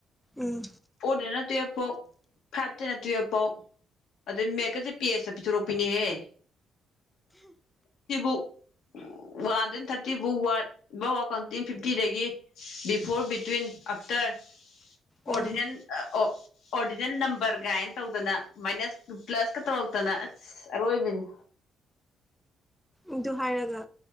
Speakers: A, in the centre; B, on the left.
A: ꯎꯝ
B: ꯐꯣꯔꯗꯅ ꯇꯨꯌꯦꯜꯞ ꯐꯥꯎ ꯐꯥꯏꯚꯇꯩꯅ ꯇꯨꯌꯦꯜꯐ ꯐꯥꯎ ꯑꯗꯨꯗꯩ ꯃꯦꯠꯀꯁꯦ ꯄꯦꯁꯇ ꯄꯤꯊꯣꯔꯛꯄꯤꯅꯦꯍꯦ ꯁꯤꯕꯨꯛ ꯋꯥꯟꯗꯩ ꯊꯥꯔꯇꯤꯕꯨ ꯋꯥꯠ <unintelligible> ꯐꯤꯐꯇꯤꯗꯒꯤ before between after
A: um
B: ordinal ordinal number ꯀꯥꯏꯅ ꯇꯧꯗꯅ ꯃꯥꯏꯅꯁ ꯄ꯭ꯂꯁꯀ ꯇꯧꯔꯛꯇꯅ ꯑꯁ ꯑꯔꯣꯏꯕꯤꯅꯤ
A: ꯑꯗꯨ ꯍꯥꯏꯔꯒ